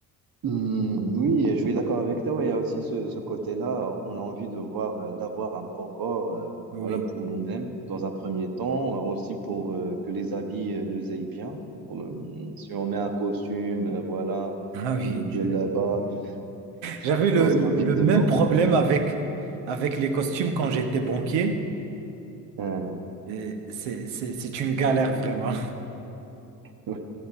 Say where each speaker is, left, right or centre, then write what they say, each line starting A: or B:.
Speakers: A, on the right (about 45°); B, on the right (about 65°).
A: Hmm, oui, je suis d'accord avec toi. Ouais, Il y a aussi ce, ce côté-là, on a envie de voir, euh, d'avoir un bon corps, euh,
B: Oui,
A: voilà, pour nous-mêmes, dans un premier temps, euh, aussi pour euh, que les habits euh, nous aillent bien. Euh, si on met un costume, euh, voilà,
B: ah oui.
A: une djellaba, <laughs>
B: J'avais le,
A: qu'on soit
B: le-
A: bien
B: le
A: dedans.
B: même problème avec, avec les costumes quand j'étais banquier.
A: euh,
B: Et C'est c'est- c'est une galère vraiment.
A: <laughs> Ouais.